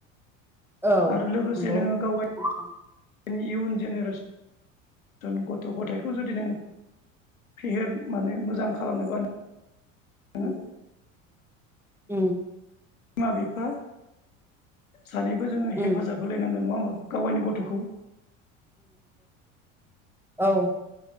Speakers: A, in the centre; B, on the left.
A: औ
B: आरो लोगोसे
A: नंगौ
B: नोङो
A: नोंथां
B: गावनि इयुन जेनेरेसन ज गथ' गथायाइखौ जुदि नों फेहेर माने मोजां खालामनोबा नोङो
A: <inaudible> उम
B: बिमा बिफा सानैबो जोङो
A: उम
B: हेफाजाब होलायनांगोन नङा होमबा गावगायनि गथ'खौ
A: औ औ